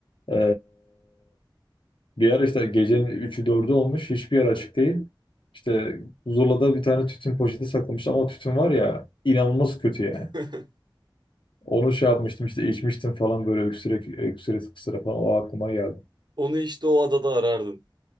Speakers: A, on the left; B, on the right.
A: Ee, bir ara işte gecenin üçü dördü olmuş. Hiçbir yer açık değil. İşte Zula'da bir tane tütün poşeti saklamış ama tütün var ya inanılmaz kötü yani.
B: <laughs>
A: Onu şey yapmıştım işte içmiştim falan böyle öksürek öksüre kısıra falan o aklıma geldi.
B: Onu işte o adada arardın.